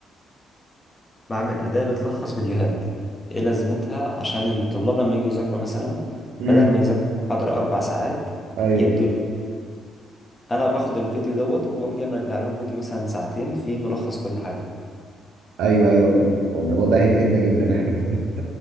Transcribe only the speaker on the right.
امم
ايوه
ايوه ايوه فهمت هو الموضوع ده هيفيدنا جدا احنا بالذات